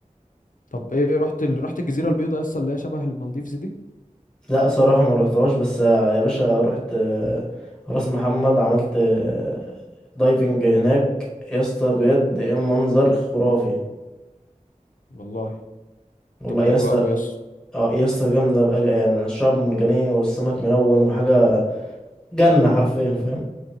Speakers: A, on the left; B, in the centre.
A: طب إيه رحت ال... رحت الجزيرة البيضاء يس اللي هي شبه المالديفز دي
B: لا صراحة ما روحتهاش بس آه، يا باشا رحت آه، راس محمد عملت آه، دايفنج هناك يا اسطى بجد ايه المنظر خرافي
A: والله
B: والله
A: طب حلو
B: يا اسطى
A: أوي يس
B: اه يا اسطى جامدة بقى يعني الشعب مرجانية والسمك ملون وحاجة جنة حرفيا فاهم